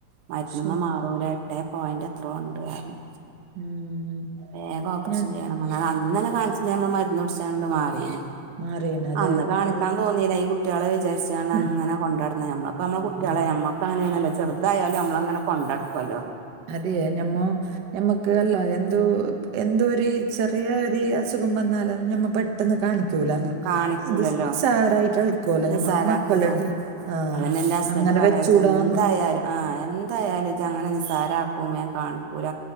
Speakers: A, on the right (about 85°); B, on the right (about 70°).
A: മര്ന്ന്മ്മേ
B: ശ്ശെ
A: മാറൂല എട്ടേ പോയൻറ് എത്രോണ്ട് അർഞ്
B: ഉം
A: വേഗം ഓപ്പറേഷൻ
B: ഞാൻ
A: ചെയ്യണം പർഞ്ഞ്. അത് അന്നന്നെ കാൺചിണേ മ്മള് മര്ന്നുട്ച്ചാണ്ട് മാറീനി
B: മാറിയേനെ അത്
A: അന്ന് കാണിക്കാൻ
B: അത്
A: തോന്നീല. ഈ കുട്ട്യാളെ വിചാരിച്ചാണ്ട്
B: ഉം
A: അങ്ങനെ കൊണ്ടട്ന്ന്. നമ്മളപ്പോ നമ്മളെ കുട്ട്യാളെ നമ്മക്ക് അങ്ങനേണല്ലോ ചെർതായാലും നമ്മള് അങ്ങനെ കൊണ്ടട്ക്കുവല്ലോ
B: അതെ, ഞമ്മോ ഞമ്മക്ക് അല്ല എന്തോ എന്തോ ഒരു ചെറിയ ഒരു അസു ഖം വന്നാലത് ഞമ്മ പെ ട്ടന്ന് കാണിക്കൂലാലൊ.
A: കാണിക്കൂലല്ലോ
B: ഇത് നിസാരായിട്ട് എളുക്കുല്ലോ
A: നിസാരാക്കി
B: ഞമ്മക്ക് മക്കളുണ്ട്
A: ഇടും
B: ആ
A: അതന്നെ ന്റെ ഹസ്ബന്റ്
B: അങ്ങനെ
A: പറയാ
B: വെച്ചൂടാന്ന്
A: ജെന്തായാലും ആഹ്, എന്തായാലും ഇജഅങ്ങനെ നിസാരാക്കും. വേം കാണിക്കൂല